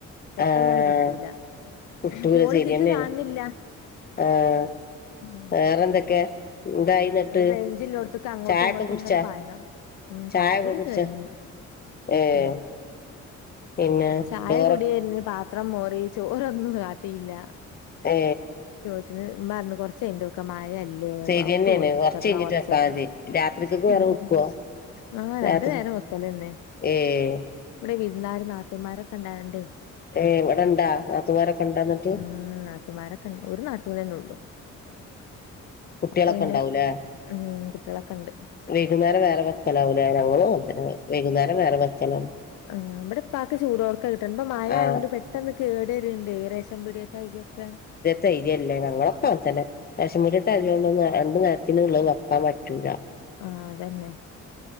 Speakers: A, on the left; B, on the left.
A: പെട്ടെന്നാണ്
B: ആഹ്
A: കിട്ടൂല
B: കിട്ടൂല
A: കോള്
B: ശരിയന്നെയാണ്
A: ഇതിക്ക്കാണുന്നില്ല
B: ആഹ്
A: ഉ
B: വേറെന്തൊക്കെ എന്തായി ന്നിട്ട്
A: ഇവിടെ റേഞ്ചിലോടത്തൊക്കെ അങ്ങോട്ടും
B: ചായൊക്കെ
A: ഇങ്ങോട്ടും
B: കുടിച്ചാ
A: ഇങ്ങനെ പായണം ഉം
B: ചായൊക്കെ
A: ചായ കൂടിയെ
B: കുടിച്ചാ
A: കെകഴിഞ്ഞു
B: ഏഹ്
A: ഉ
B: പിന്നെ
A: ചായ
B: ചോറ
A: കുടിയന്നെ പ.. പാത്രം മോറി ചോറൊന്നും കാട്ടില്ല
B: ഏ
A: ഉമ്മറത്തുകുറച്യ്ഞ്ഞിട്ട് വെക്കാമയല്ലേ ഇല്ലെ
B: ശരിയന്നെയാണ്
A: ഔത്തുപോയി കുത്തിർന്നാ
B: കൊറച്ച് കഴിഞ്ഞിട്ട്
A: കെർ
B: വെക്കാതി
A: ചേരം
B: രാത്രിക്കൊക്കെ വേറെ
A: ഉം..
B: വെക്കുവോ
A: ആഹ്
B: രാത്രി
A: രണ്ടു നേരം വെക്കല്ലന്നെ
B: ഏഹ്
A: ഇവിടെ വിരുന്നാരും നാത്തൂന്മാരൊക്കെ ഇണ്ടായേണ്ടേ
B: ഏ ഇവിടെ ഇണ്ടാ അതുവോരൊക്കെ ഇണ്ടന്നിട്ട്
A: ഉം നാത്തൂമാരൊക്കെ ഒരു നാത്തന്ന തന്നെള്ളു
B: കുട്ടികളൊക്കെ
A: അപ്പൊ പിന്നെ
B: ഉണ്ടാവൂലേ
A: ഉ തിളക്കണ്ട്
B: വൈകുന്നേരം വേറെ വക്കലാവ ഞൻങ്ങ അ വൈകുന്നേരം വേറെ വക്കലും
A: ആ് നമ്മടെ പാക്ക് ചൂടോർക്ക കിട്ടണം ഇപ്പ മഴയത്ൊണ്ട്
B: ആഹ്
A: പെട്ടെന്ന് കേടരുണ്ട്േ റശൻമ്പൊടിയ തൈകൊക്കെ
B: ധൈര്യമല്ലേ ഞങ്ങളൊപ്പ അത്തന്നെ വിശമുരി ത അലൊണ്ട് രണ്ടു നേരത്തിനന് ഉള്ള വെക്കാൻ പറ്റൂില്ല
A: ആഹ അതന്നെ